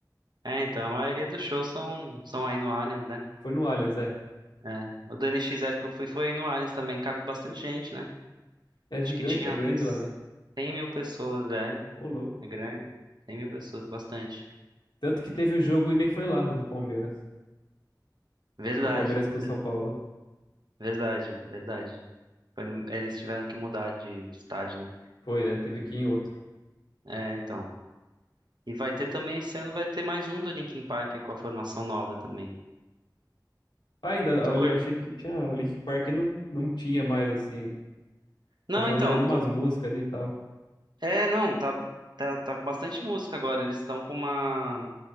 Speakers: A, on the right; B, on the left.
A: É, então, a maioria dos shows são, são aí no Allianz, né?
B: Foi no Allianz, é.
A: É. O do N X Zero que eu fui foi aí no Allianz também, cabe bastante gente, né?
B: É gigante,
A: Acho que tinha
B: é grande lá, né?
A: cem mil pessoas, é.
B: Ô, louco.
A: É grande. cem mil pessoas, bastante.
B: Tanto que teve o jogo e nem foi lá, o do Palmeiras.
A: Verdade,
B: Do Palmeiras com o São
A: ver-
B: Paulo.
A: verdade, verdade. Foi no- eles tiveram que mudar de, de estádio, né?
B: Foi, é, teve aqui em outro.
A: É, então. E vai ter também, esse ano vai ter mais um do Linkin Park com a formação nova também.
B: Ah, ainda,
A: Tô
B: olha,
A: cur...
B: eu achei que tinha, o Linkin Park não, não tinha mais, assim,
A: Não,
B: só fazia
A: então,
B: algumas
A: tô-
B: músicas ali e tal.
A: é, não, tá, tá, tá com bastante música agora. Eles estão com uma,